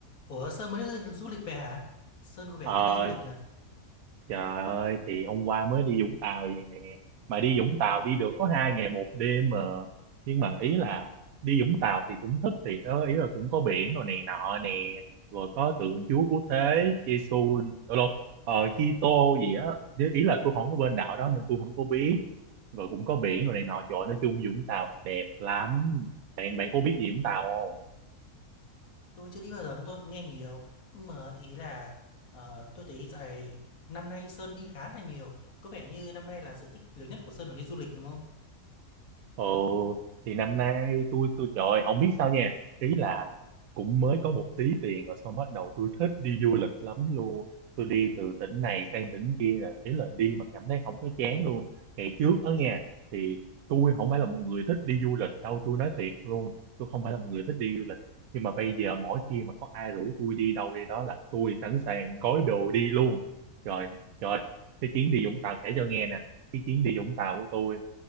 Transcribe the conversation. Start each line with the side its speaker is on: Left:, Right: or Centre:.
Left: Ủa Sơn mới đi du du lịch về hả? Sơn có vẻ
Right: Ờ,
Left: thích đi du lịch nhỉ?
Right: trời ơi thì hôm qua mới đi Vũng Tàu vậy nè mà đi Vũng Tàu đi được có hai ngày một đêm mà nhưng mà ý là đi Vũng Tàu thì cũng thích thiệt đó ý là cũng có biển rồi này nọ nè rồi có tượng Chúa Cứu Thế Giêsu đâu đâu ờ, Kitô gì á Nếu- ý là tôi không có bên đạo đó nên tôi không có biết rồi cũng có biển rồi này nọ trời ơi, nói chung Vũng Tàu đẹp lắm bạn bạn có biết gì Vũng Tàu không
Left: Tôi chưa đi bao giờ, mà tôi cũng nghe nhiều. Nhưng mà ý là ờ, tôi thấy dạo này năm nay Sơn đi khá là nhiều. Có vẻ như năm nay là sở thích lớn nhất của Sơn là đi du lịch đúng không?
Right: Ồ, thì năm nay tôi tôi trời ơi, không biết sao nha. Ý là cũng mới có một tí tiền rồi xong bắt đầu tôi thích đi du lịch lắm luôn. Tôi đi từ tỉnh này sang tỉnh kia nè, ý là đi mà cảm thấy không có chán luôn. Ngày trước ở nhà thì tôi không phải là một người thích đi du lịch đâu, tôi nói thiệt luôn. Tôi không phải là một người thích đi du lịch. Nhưng mà bây giờ mỗi khi mà có ai rủ tôi đi đâu đi đó là tôi sẵn sàng gói đồ đi luôn. Trời, trời, cái chuyến đi Vũng Tàu kể cho nghe nè. Cái chuyến đi Vũng Tàu của tôi